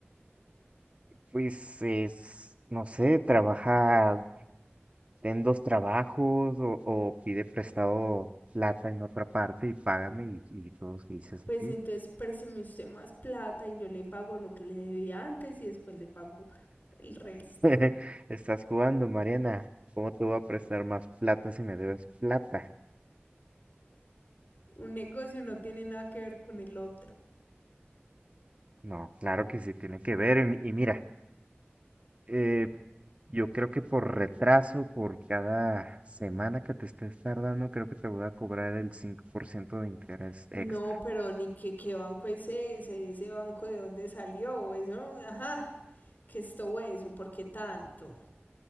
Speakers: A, on the right (about 30°); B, on the left (about 50°).
A: Pues es, no sé, trabaja en dos trabajos o, o pide prestado plata en otra parte y págame y, y todos felices
B: Pues
A: aquí.
B: entonces présteme usted más plata y yo le pago lo que le debía antes y después le pago el resto.
A: <laughs> Estás jugando, Mariana. ¿Cómo te voy a prestar más plata si me debes plata?
B: Un negocio no tiene nada que ver con el otro.
A: No, claro que sí tiene que ver. y y mira. Eh, yo creo que por retraso, por cada semana que te estés tardando, creo que te voy a cobrar el 5% de interés extra.
B: No, pero ni que qué banco es ese, ese banco de dónde salió, eso, ajá, que esto eso, ¿por qué tanto?